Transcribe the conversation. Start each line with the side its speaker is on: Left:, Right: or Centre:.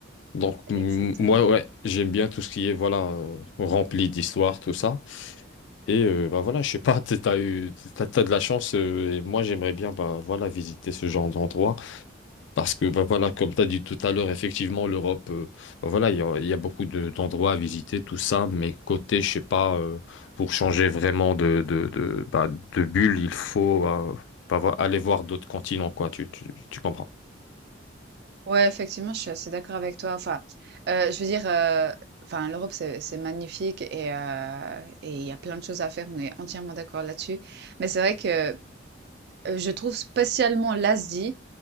Left: Donc, m-
Right: exactement.
Left: moi, ouais, j'aime bien tout ce qui est, voilà, euh, rempli d'histoire, tout ça. Et, euh, bah voilà, je sais pas, <laughs> t'as eu, t'as, t'as de la chance, euh, et moi, j'aimerais bien, bah voilà, visiter ce genre d'endroit. Parce que bah, voilà, comme tu as dit tout à l'heure, effectivement, l'Europe, euh, bah, voilà, il y a, il y a beaucoup de- d'endroits à visiter, tout ça, mais côté, je sais pas, euh, pour changer vraiment de, de, de, bah, de bulle, il faut euh, bah, vo- aller voir d'autres continents, quoi, tu, tu, tu comprends.
Right: Ouais, effectivement, je suis assez d'accord avec toi. Enfin, heu, je veux dire, heu, enfin, l'Europe, c'est c'est magnifique et heu et il y a plein de choses à faire. On est entièrement d'accord là-dessus. Mais c'est vrai que, heu, je trouve spécialement l'Asie,